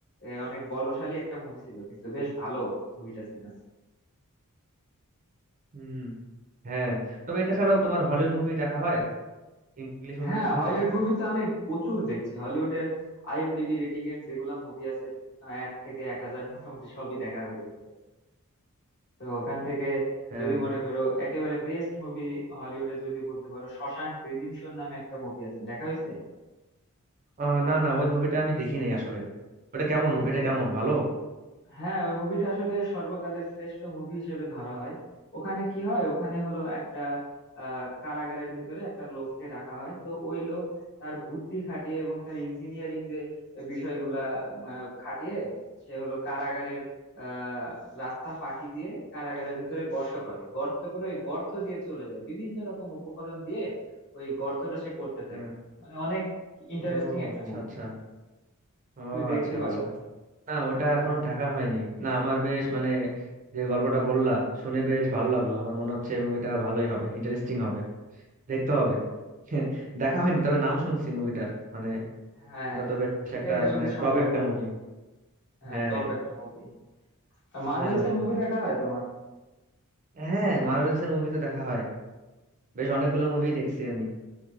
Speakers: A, on the left (about 50°); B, on the right (about 35°).
A: এ, অনেক বলশালী একটা মুভি ছিল কিন্তু বেশ ভালো মুভিটা ছিল
B: হুম হ্যাঁ তবে এটা ছাড়াও তোমার হলিউড মুভি দেখা হয় ইংলিশ মুভি
A: হ্যাঁ
B: দেখা
A: হলিউড
B: হয়
A: মুভি তো আমি প্রচুর দেখছি হলিউডের আইএমডিবি রেটিং এর যেগুলা মুভি আছে আহ, এক থেকে এক হাজার মোটামুটি সবই দেখা হয়ে গেছে তো ওখান থেকে
B: হ্যাঁ
A: যদি মনে করো একেবারে বেস্ট মুভি হলিউডের যদি বলতে পারো শশাঙ্ক রিডিমশন নামে একটা মুভি আছে দেখা হয়েছে
B: ও না না ওই মুভিটা আমি দেখি নাই আসলে ওটা কেমন মুভিটা কেমন ভালো
A: হ্যাঁ ওই মুভিটা আসলে সর্বকালের শ্রেষ্ঠ মুভি হিসেবে ধরা হয় ওখানে কি হয় ওখানে হলো একটা আহ, কারাগারের ভিতরে একটা লোককে রাখা হয় তো ওই লোক তার বুদ্ধি খাটিয়ে এবং তার ইঞ্জিনিয়ারিং যে বিষয়গুলা উম, আহ, খাটিয়ে সে হলো কারাগারের আহ রাস্তা ফাঁকি দিয়ে কারাগারের ভিতরে গর্ত করে গর্ত করে ওই গর্ত দিয়ে চলে যায় বিভিন্ন রকম উপকরণ দিয়ে ওই গর্তটা সে করতে থাকে
B: হ্যাঁ
A: মানে অনেক ইন্টারেস্টিং
B: ও
A: একটা
B: আচ্ছা
A: মুভি
B: আচ্ছা ও
A: তুমি দেখতে
B: আচ্ছা
A: পারো
B: আচ্ছা না ওটা এখনো দেখা হয়নি না আমার বেশ মানে যে গল্পটা বললা শুনে বেশ ভালো লাগলো আমার মনে হচ্ছে মুভিটা ভালোই হবে ইন্টারেস্টিং হবে দেখতে হবে <laughs> দেখা হয়নি তবে নাম শুনছি মুভিটার মানে
A: হ্যাঁ
B: ওটা তো বেশ
A: এটাই
B: একটা
A: আসলে
B: মানে
A: সর্বকালের
B: টপ একটা মুভি
A: হ্যাঁ
B: হ্যাঁ
A: টপ একটা মুভি আর মার্ভেলস
B: হ্যাঁ
A: এর মুভি দেখা হয় তোমার
B: হ্যাঁ মার্ভেলস এর মুভি তো দেখা হয় বেশ অনেকগুলো মুভি দেখছি আমি